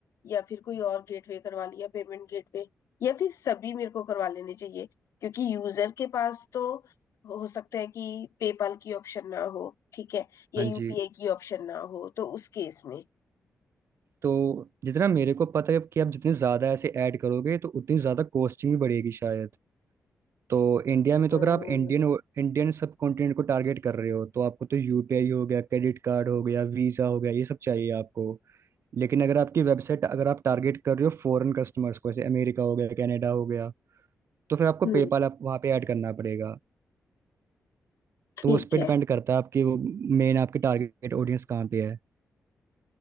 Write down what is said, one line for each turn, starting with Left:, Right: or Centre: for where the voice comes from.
Left: या फिर कोई और गेटवे करवा लिया पेमेंट गेटवे या फिर सभी मेरे को करवा लेने चाहिए क्योंकि यूजर के पास तो हो सकता है कि पेपाल की ऑप्शन ना हो ठीक है या
Right: हाँ
Left: यूपीआई
Right: जी
Left: की ऑप्शन ना हो तो उस केस में
Right: तो जितना मेरे को पता है कि आप जितने ज़्यादा ऐसे ऐड करोगे तो उतनी ज़्यादा कॉस्टिंग भी बढ़ेगी शायद तो इंडिया में तो
Left: हम्म
Right: अगर आप इंडियन इंडियन सब कॉन्टिनेंट को टारगेट कर रहे हो तो आपको तो यूपीआई हो गया क्रेडिट कार्ड हो गया वीज़ा हो गया ये सब चाहिए आपको लेकिन अगर आपकी वेबसाइट अगर आप टारगेट कर रहे हो फॉरेन कस्टमर्स को जैसे अमेरिका हो गया कनाडा हो गया तो फिर आपको
Left: हम्म,
Right: पेपाल आप वहाँ पे ऐड करना पड़ेगा
Left: ठीक
Right: तो उस पर
Left: है
Right: डिपेंड करता है आपकी वो मेन आपकी टारगेट ऑडियंस कहाँ पे है